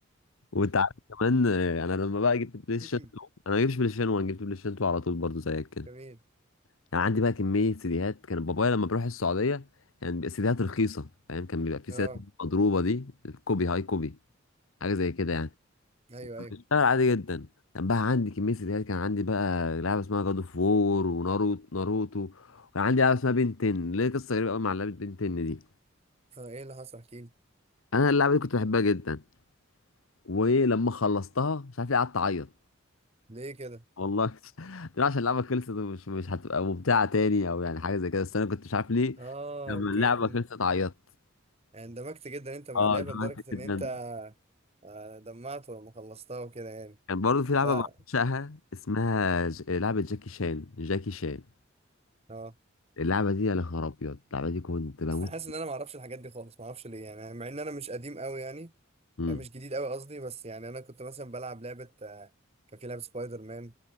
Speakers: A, on the left; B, on the right.
A: وانت عارف كمان آه، انا لما بقى جبت بلاي ستيشن
B: <laughs>
A: 2 انا ما جبتش بلاي ستيشن 1 جبت بلاي ستيشن 2 على طول برضه زيك كده
B: جميل
A: يعني عندي بقى كميه سيديهات كان بابايا لما بروح السعوديه يعني بيبقى سيديهات رخيصه فاهم كان بيبقى في
B: اه
A: سيديهات مضروبه دي كوبي هاي كوبي حاجه زي كده يعني
B: ايوه ايوه
A: بشتغل عادي جدا كان بقى عندي كميه سيديهات كان عندي بقى لعبه اسمها جاد اوف وور وناروتو ناروتو وكان عندي لعبه اسمها بنتن ليه قصه غريبه قوي مع لعبه بنتن دي
B: اه ايه اللي حصل احكي لي
A: انا اللعبه دي كنت بحبها جدا ولما خلصتها مش عارف ليه قعدت اعيط
B: ليه كده
A: والله <laughs> لا عشان اللعبه خلصت ومش مش هتبقى ممتعه تاني او يعني حاجه زي كده بس انا كنت مش عارف ليه
B: اه
A: لما
B: اوكي
A: اللعبه
B: كنت
A: خلصت عيطت
B: اندمجت جدا انت مع
A: اه
B: اللعبه
A: دمعت
B: لدرجه
A: جدا
B: ان انت آه، دمعت ولما خلصتها وكده يعني
A: كان برضه في لعبه
B: لا
A: بعشقها اسمها ج... لعبه جاكي شان جاكي شان
B: اه
A: اللعبه دي يا نهار ابيض اللعبه دي كنت بموت
B: انا حاسس ان انا ما اعرفش الحاجات دي خالص ما اعرفش ليه يعني مع ان انا مش قديم قوي يعني
A: امم
B: آه، مش جديد قوي قصدي بس يعني انا كنت مثلا بلعب لعبه آه، كان في لعبه سبايدر مان